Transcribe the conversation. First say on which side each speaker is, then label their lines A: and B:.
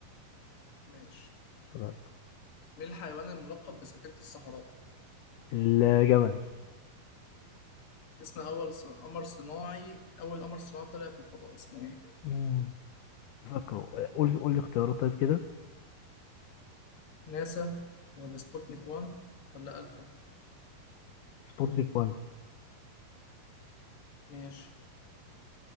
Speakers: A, on the left (about 45°); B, on the left (about 75°).
A: ماشي
B: طلعت.
A: مين الحيوان الملقب بسفينة الصحراء؟
B: الجمل
A: اسم أول ص- قمر صناعي أول قمر صناعي طلع في الفضاء اسمه إيه؟
B: مم. فاكره قول قول لي اختيارات طيب كده
A: ناسا ولا سبوتنيك 1 ولا ألفا؟
B: سبوتنيك 1
A: ماشي